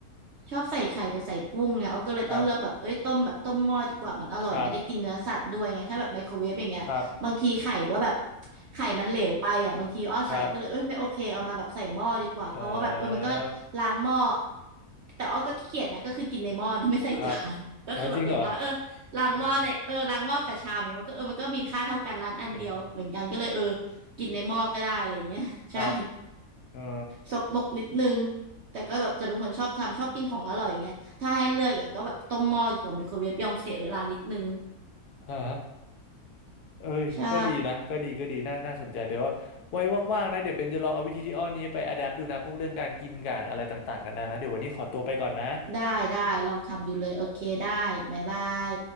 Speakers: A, on the right (about 65°); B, on the left (about 85°).
A: ชอบใส่ไข่กับใส่กุ้งไงเอาก็เลยต้องเลือกแบบเอ้ยต้มแบบต้มหม้อดีกว่ามันอร่อยมันได้กินเนื้อสัตว์ด้วยไงถ้าแบบไมโครเวฟอย่างเงี้ยบางทีไข่ก็แบบ
B: ครับครับครับ
A: ไข่มันเหลวไปอ่ะบางทีอ้อใส่เอาก็เลยเอ้ยไม่โอเคเอามาแบบใส่หม้อดีกว่าเพราะว่าแบบเออมันก็
B: ครับเอ่อ
A: ล้างหม้อแต่อ้อก็ขี้เกียจนะก็คือกินในหม้อนะ <laughs> ไม่ใส่จาน
B: ครับ
A: <laughs> ก็คือแบบอย่างน้อยเออ
B: เอาจริงเหรอ
A: ล้างหม้อในเออล้างหม้อกับชามอย่างเงี้ยมันก็เออมันก็มีค่าเท่ากันร้านอันเดียวเหมือนกันก็เลยเออ
B: โอ้โหเป็น
A: กินในหม้อก็ได้อะไรอย่างเงี้ย <laughs> ใช่
B: ครับเอ่
A: สกมกนิดนึงแต่ก็แบบจะเป็นคนชอบทำชอบกินของอร่อยไงถ้าให้เลือกอย่างก็แบบต้มหม้อดีกว่าไมโครเวฟยอมเสียเวลานิดนึง
B: อ เอ้ยก็ดีนะก็ดีก็ดีน่าน่าสนใจเดี๋ยวว่าไว้ว่างๆนะเดี๋ยวเบนจะลองเอาวิธีที่อ้อนี้ไปอ
A: ใช่
B: d ด p t ดูนะพวกเรื่องการกินการอะไรต่างๆนานานะเดี๋ยววันนี้ขอตัวไปก่อนนะ
A: ได้ได้ลองทำดูเลยโอเคได้บ๊ายบาย